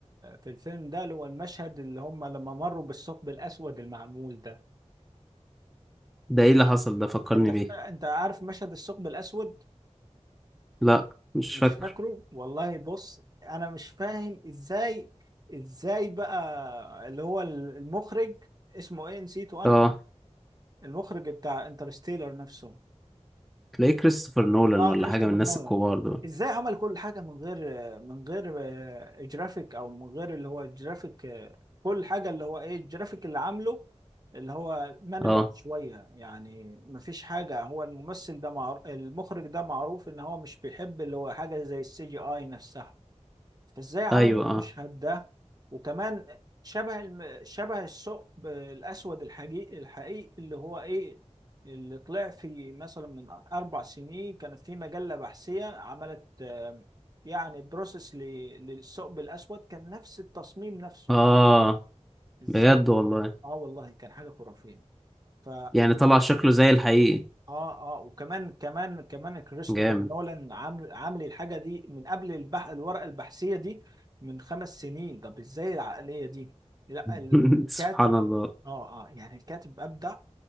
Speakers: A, on the right (about 35°); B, in the centre.
A: في الفيلم ده اللي هو المشهد اللي هم لما مروا بالثقب الاسود المعمول ده
B: ده ايه اللي حصل ده فكرني
A: انت ف...
B: بيه
A: انت عارف مشهد الثقب الاسود
B: لا مش
A: مش
B: فاكر
A: فاكره والله بص انا مش فاهم ازاي ازاي بقى اللي هو المخرج اسمه ايه نسيته انا
B: اه
A: المخرج بتاع انترستيلر نفسه
B: تلاقيه كريستوفر نولان
A: اه
B: ولا
A: كريستوفر
B: حاجة من الناس
A: نولان
B: الكبار دول
A: ازاي عمل كل حاجه من غير من غير آه، جرافيك او من غير اللي هو جرافيك آه، كل حاجه اللي هو ايه الجرافيك اللي عامله اللي هو مانوال
B: اه
A: شويه يعني مفيش حاجه هو الممثل ده معروف المخرج ده معروف ان هو مش بيحب اللي هو حاجه زي السي جي اي نفسها فازاي عمل
B: ايوه اه
A: المشهد ده وكمان شبه الم... شبه الثقب الاسود الحقيقي الحقيقي اللي هو ايه اللي طلع في مثلا من اربع سنين كانت في مجله بحثيه عملت آم، يعني بروسيس ل... للثقب الاسود كان نفس التصميم نفسه
B: اه
A: ازاي
B: بجد
A: بقى
B: والله
A: اه والله كان حاجه خرافيه ف
B: يعني طلع شكله زي الحقيقي
A: اه اه وكمان كمان كمان كريستوفر
B: جامد
A: نولان عامل عامل الحاجه دي من قبل البح الورقه البحثيه دي من خمس سنين طب ازاي العقليه دي لا
B: <laughs>
A: ال- الكاتب
B: سبحان الله
A: اه اه يعني الكاتب ابدع